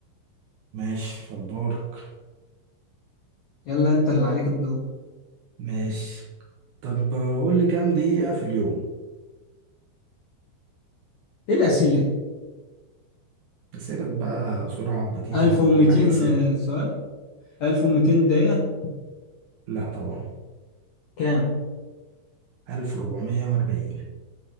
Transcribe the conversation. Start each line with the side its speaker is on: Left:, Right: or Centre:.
Right: ماشي فدورك
Left: يلا انت اللي عليك الدور
Right: ماشي طب قول لي كام دقيقة في اليوم
Left: ايه الاسئله
Right: أسئلة بقى سرعة وبديهة
Left: 1200
Right: وحساب
Left: سؤال 1200 دقيقة
Right: لا طبعا
Left: كام؟
Right: 1440